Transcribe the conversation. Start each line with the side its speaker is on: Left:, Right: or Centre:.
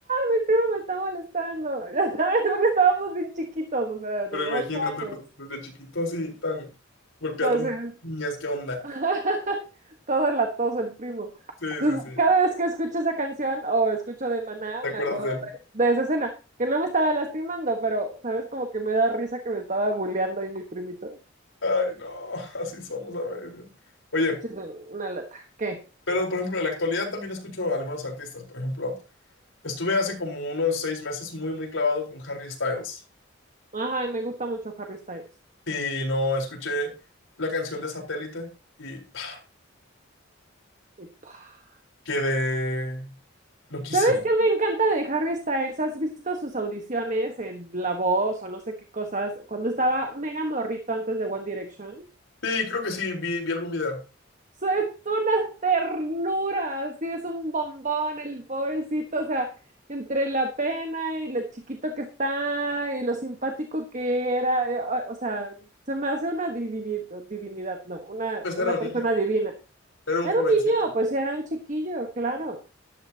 Right: mi primo me está molestando. <laughs> Ya sabes, porque estábamos bien chiquitos, o sea,
Left: Pero
Right: de
Left: imagínate,
Right: ocho años.
Left: pues, desde chiquito así, tan golpeando
Right: Entonces,
Left: mu- niñas, ¿qué onda?
Right: <laughs> Todo latoso el primo.
Left: Sí,
Right: Entonces,
Left: sí, sí.
Right: cada vez que escucho esa canción o escucho de Maná,
Left: ¿Te
Right: me
Left: acuerdas
Right: acuerdo
Left: de él?
Right: de, de esa escena, que no me estaba lastimando, pero, ¿sabes? Como que me da risa que me estaba bulleando ahí mi primito.
Left: Ay, no, <laughs> así somos a veces. Oye,
Right: Sí, sí, una lata. ¿Qué?
Left: pero por ejemplo, en la actualidad también escucho a algunos artistas. Por ejemplo, estuve hace como unos seis meses muy, muy clavado con Harry Styles.
Right: Ajá, y me gusta mucho Harry Styles.
Left: y no, escuché la canción de Satélite y pah,
Right: Y pa.
Left: quedé loquísimo.
Right: ¿Sabes qué me encanta de Harry Styles? ¿Has visto sus audiciones en La Voz o no sé qué cosas? Cuando estaba mega morrito antes de One Direction.
Left: Sí, creo que sí, vi, vi algún video.
Right: So, es toda una ternura así es un bombón el pobrecito, o sea, entre la pena y lo chiquito que está y lo simpático que era, eh, o, o sea, se me hace una divinidad, divinidad, no, una,
Left: Pues
Right: una
Left: era un
Right: persona
Left: niño,
Right: divina.
Left: era un
Right: Era
Left: jovencito.
Right: un niño, pues sí, era un chiquillo, claro,